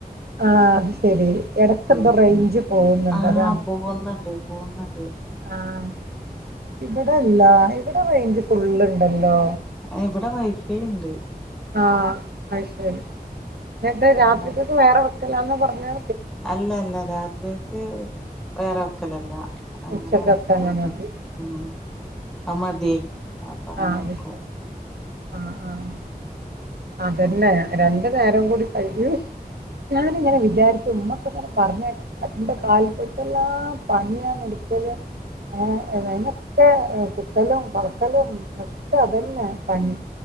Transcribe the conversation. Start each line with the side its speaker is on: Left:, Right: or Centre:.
Right: ആഹ് അത് ശെരി എടക്ക്‌
Centre: ഉം
Right: എന്തോ റേഞ്ച് പോകുന്നുണ്ട്
Centre: ആഹ്
Right: അതാണ്
Centre: പോകുന്നുണ്ട് പോകുന്നുണ്ട്
Right: ആഹ് ഇവിടെല്ല ഇവിടെ റേഞ്ച് ഫുള്ളുണ്ടല്ലോ
Centre: ഇവിടെ വൈഫൈയ്ണ്ട്
Right: ആഹ് അയ്ശരി എന്നിട്ട്
Centre: പിന്നെ
Right: രാത്രിക്കക്ക് വേറെ വെക്കലാന്ന പറഞ്ഞ്
Centre: അല്ല അല്ല രാത്രിയക്ക് വേറെ വെക്കലല്ല. അങ്ങനെ
Right: ഉച്ചക്കത്തന്നെ
Centre: മൊത്തത്തിൽ
Right: മതി.
Centre: ഉം അത്
Right: ആഹ്
Centre: മതിയേ. അപ്പൊ അങ്ങനെ
Right: അത് ശ- ആ, അത്
Centre: വെക്കും.
Right: ശരി ആഹ് ആഹ് അതന്നെ
Centre: ഉം
Right: രണ്ടു നേരം കൂടി കഴിയും ഞാനിങ്ങനെ വിചാരിക്കും ഉമ്മ നെ <unintelligible> പണ്ട് കാലത്ത് എന്തെല്ലാം പണിയാന്ന് എടുത്തത്. ഏഹ് അതിനൊക്കെ കുത്തലും കളക്കലും ഒക്കെ അതന്നെ പണി.